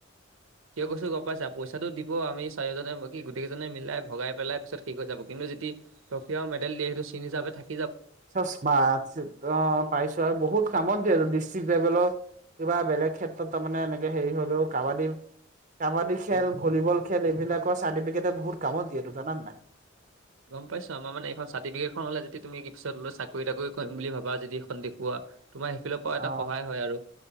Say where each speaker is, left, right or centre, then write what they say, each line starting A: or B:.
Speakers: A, on the right; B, on the right.
A: কিয় কৈছো গম পাইছা পইচাটো দিব আমি চাৰি হাজাৰ বী গোটেইজনে মিলাই ভগাই পেলাই পিছত ভগাই পেলাই শেষ হয় যাব কিন্তু ট্ৰফি আৰু মেডেল দিয়ে সেইটো চিন হিচাপে থাকে
B: চমা অ পাইছো আৰু বহুত কামত দিয়ে ডিষ্ট্ৰিকট লেভেলত কিবা বেলেগ ক্ষেত্ৰত তাৰমানে এনেকে হেৰি হলেও কাবাডী কাবাডী খেল
A: উম
B: ভলীবল খেল এইবিলাকৰ চাৰ্টিফিকেটে বহুত কামত দিয়ে জানা নাই
A: গম পাইছো আমাৰ মানে এইখন চাৰ্টিফিকেটখন হলে যদি তুমি কি পিছত ল চাকৰি তাকৰি কৰিম বুলি ভাবা যদি এইখন দেখুওৱা পোৱা এটা
B: অ
A: সহায় হয় আৰু।